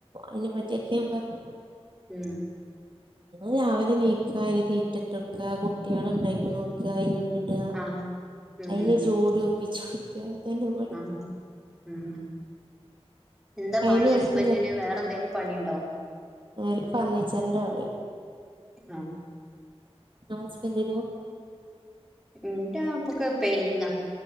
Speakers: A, on the right; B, in the centre.
A: അയിനെ പറ്റിയൊക്കെ ഞാ പറഞ്ഞു
B: ഉം
A: രാവിലെ ന്നീക്ക അതിന് തീറ്റട്ടടുക്ക കുട്ടികളണ്ടായിക്കണോ നോക്ക അയിന് ഇട
B: ആഹ് ഉം
A: അയിന്
B: ഉം ഉം
A: ജോടി ഒപ്പിച്ചൊട്ക, അതന്നെ പണി.
B: ആഹ് ഉം എന്താ
A: അയിന്
B: പണി
A: ഓൽക്ക്
B: ഹസ്ബൻഡന്?
A: ഇനി
B: വേറെ എന്തെങ്കിലും പണിണ്ടോ?
A: ഒരു ഫർണിച്ചറിന്റെ കട
B: ആഹ
A: നിങ്ങടെ ഹസ്ബന്റിനോ?
B: എന്റാ അപ്പൊക്കെ പെയിന്റിങ്ങാ.